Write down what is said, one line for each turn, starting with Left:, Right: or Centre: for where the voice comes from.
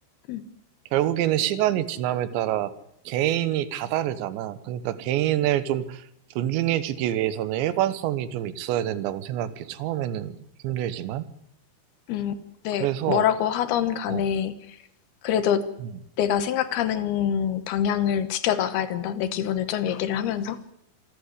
Left: 응,
Right: 결국에는 시간이 지남에 따라 개인이 다 다르잖아. 그러니까 개인을 좀 존중해주기 위해서는 일관성이 좀 있어야 된다고 생각해. 처음에는 힘들지만.
Left: 응. 네,
Right: 그래서,
Left: 뭐라고 하던 간에
Right: 어.
Left: 그래도
Right: 음.
Left: 내가 생각하는 방향을 지켜나가야 된다. 내 기분을 좀 얘기를 하면서